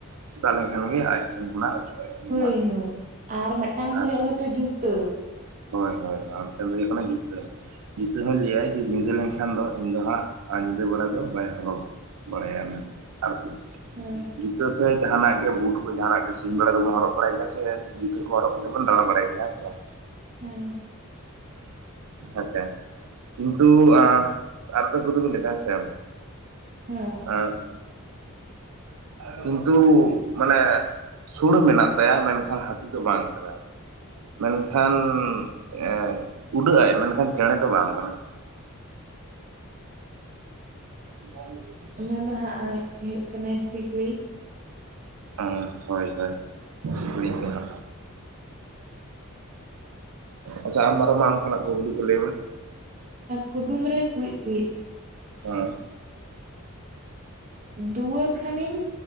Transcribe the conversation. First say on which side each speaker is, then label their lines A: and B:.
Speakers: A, on the right (about 90°); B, on the right (about 35°).
A: ᱥᱮᱛᱟᱜ ᱞᱮᱱᱠᱷᱟᱱ ᱜᱮ ᱟᱡ ᱴᱷᱮᱱ ᱠᱷᱚᱱᱟᱜ ᱚᱪᱚᱜ ᱟᱭ ᱩᱱᱤ
B: ᱦᱳᱭ
A: ᱢᱟᱹᱱᱢᱤ
B: ᱦᱳᱭ
A: ᱫᱚ
B: ᱟᱨ ᱢᱤᱫᱴᱟᱝ
A: ᱟᱨ
B: ᱫᱚ ᱦᱩᱭᱩᱜᱼᱟ ᱦᱳᱭᱛᱳ ᱡᱩᱛᱟᱹ
A: ᱦᱳᱭ ᱦᱳᱭ ᱟᱨ ᱢᱮᱫᱴᱮᱱ ᱫᱚ ᱦᱩᱭᱩᱜ ᱠᱟᱱᱟ ᱡᱩᱛᱟ. ᱡᱤᱛᱟᱹ ᱦᱚᱸᱭ ᱞᱟᱹᱭᱟ ᱡᱮ ᱧᱤᱫᱟᱹ ᱞᱮᱱᱠᱷᱟᱱ ᱫᱚ ᱤᱧ ᱫᱚ ᱦᱟᱸᱜ ᱟᱨ ᱧᱤᱫᱟᱹ ᱵᱮᱲᱟ ᱫᱚ ᱵᱟᱭ ᱦᱚᱨᱚᱜᱟ ᱵᱟᱲᱟᱭᱟ ᱢᱮᱱ ᱟᱨᱠᱤ
B: ᱦᱳᱭ
A: ᱡᱩᱛᱟᱹ ᱥᱮᱫ ᱡᱟᱦᱟᱱᱟᱜ ᱜᱮ ᱵᱩᱴ ᱠᱚ ᱡᱟᱦᱟᱱᱟᱜ ᱜᱮ ᱥᱤᱧ ᱵᱮᱲᱟ ᱫᱚᱵᱚᱱ ᱦᱚᱨᱚᱜ ᱵᱟᱲᱟᱭ ᱜᱮᱭᱟ ᱥᱮ ᱡᱩᱛᱟᱹ ᱠᱚ ᱦᱚᱨᱚᱜ ᱠᱟᱛᱮ ᱵᱚᱱ ᱫᱟᱬᱟ ᱵᱟᱲᱟᱭ ᱜᱮᱭᱟ ᱦᱮᱸ ᱥᱮ ᱵᱟᱝ
B: ᱦᱮᱸ
A: ᱟᱪᱪᱷᱟ ᱠᱤᱱᱛᱩ ᱟᱨ ᱢᱤᱫᱴᱟᱝ ᱠᱩᱫᱩᱢᱤᱧ ᱞᱟᱹᱭ ᱫᱟ ᱦᱮᱸᱥᱮ
B: ᱦᱮᱸ
A: ᱮᱸᱜ ᱠᱤᱱᱛᱩ ᱢᱟᱱᱮ ᱥᱩᱬ ᱢᱮᱱᱟᱜ ᱛᱟᱭᱟ ᱢᱮᱱᱠᱷᱟᱱ ᱦᱟᱹᱛᱤ ᱫᱚ ᱵᱟᱝ ᱠᱟᱱᱟᱭ ᱢᱮᱱᱠᱷᱟᱱ ᱮᱸ ᱩᱰᱟᱹᱜ ᱟᱭ ᱢᱮᱱᱠᱷᱟᱱ ᱪᱮᱬᱮ ᱫᱚ ᱵᱟᱝ ᱠᱟᱱᱟᱭ <unintelligible>
B: ᱱᱚᱣᱟ ᱟ ᱫᱚ ᱦᱟᱸᱜ ᱦᱩᱭᱩᱜ ᱠᱟᱱᱟᱭ ᱥᱤᱠᱬᱤᱡ
A: ᱚᱸ ᱦᱳᱭ ᱦᱳᱭ ᱴᱷᱤᱠ ᱵᱤᱱ ᱞᱟᱹᱭ ᱠᱮᱜᱼᱟ ᱟᱪᱪᱷᱟ ᱟᱢ ᱟᱨᱚ ᱢᱟ ᱚᱱᱠᱟᱱᱟᱜ ᱠᱩᱠᱞᱤ ᱠᱚ ᱞᱟᱹᱭ ᱢᱮ
B: ᱠᱩᱫᱩᱢ ᱨᱮ ᱠᱩᱬᱤᱫ ᱠᱩᱬᱤᱫ
A: ᱦᱮᱸ
B: ᱫᱩᱣᱟᱹᱨ ᱠᱷᱟᱱᱤᱧ